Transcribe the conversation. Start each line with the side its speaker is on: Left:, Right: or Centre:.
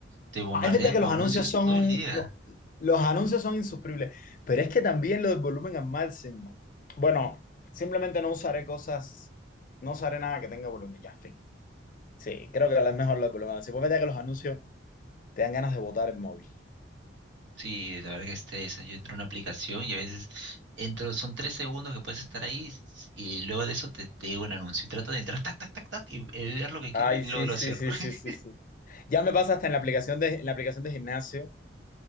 Right: Te bombardean
Left: Ah, es verdad que
Right: con
Left: los anuncios
Right: anuncios
Left: son
Right: todo
Left: un-
Right: el día.
Left: no, los anuncios son insufribles, pero es que también lo del volumen al máximo. Bueno, simplemente no usaré cosas, no usaré nada que tenga volumen, ya, fin. Sí, creo que es mejor lo del volumen al máximo. Es verdad que los anuncios te dan ganas de botar el móvil.
Right: Sí, la verdad que estresa. Yo entro a una aplicación y a veces entro, son tres segundos que puedes estar ahí s- y luego de eso te, te llega un anuncio. Y trato de entrar, tac, tac, tac, tac, y eh, ver lo que quiero
Left: Ay,
Right: ver y
Left: sí,
Right: luego lo
Left: sí,
Right: cierro.
Left: sí, sí,
Right: <laughs>
Left: sí, sí. Ya me pasa hasta en la aplicación
Right: Mm.
Left: de, en la aplicación de gimnasio.